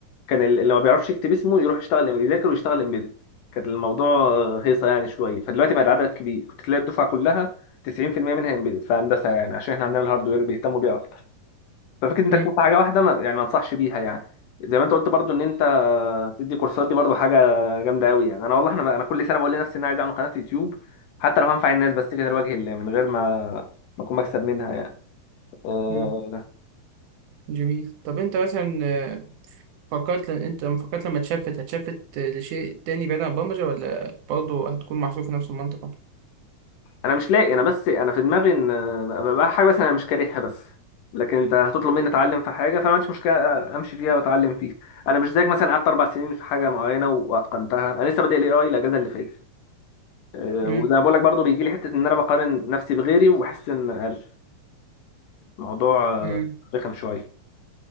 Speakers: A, on the left; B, on the right.
A: كان ال- اللي ما بيعرفش يكتب اسمه يروح يشتغل يذاكر ويشتغل امبيدد كان الموضوع آه، هيصه يعني شويه فدلوقتي بقى العدد كبير كنت تلاقي الدفعه كلها 90% منها امبيدد في هندسه يعني عشان احنا عندنا الهاردوير بيهتموا بيه اكتر ففكره انت
B: مم.
A: تكون في حاجه واحده ما يعني ما انصحش بيها يعني زي ما انت قلت برضو ان انت تدي كورسات دي برضو حاجه جامده قوي يعني انا والله انا انا كل سنه بقول لنفسي ان انا عايز اعمل قناه يوتيوب حتى لو هنفع الناس بس كده لوجه الله من غير ما ما اكون مكسب منها يعني أه،
B: مم. جميل طب انت مثلا فكرت لأن انت لما فكرت لما اتشفت هتشفت لشيء تاني بعيد عن البرمجة ولا برضه هتكون محصور في نفس المنطقة؟
A: انا مش لاقي انا بس انا في دماغي ان أبقى بقى حاجه بس انا مش كارهها بس لكن انت هتطلب مني اتعلم في حاجه فانا ما عنديش مشكله امشي فيها واتعلم فيها انا مش زيك مثلا قعدت اربع سنين في حاجه معينه واتقنتها انا لسه بادئ الاي اي الاجازه اللي فاتت آه،
B: امم
A: وزي ما بقول لك برضه بيجي لي حته ان انا بقارن نفسي بغيري وبحس ان اقل الموضوع آه،
B: امم
A: رخم شويه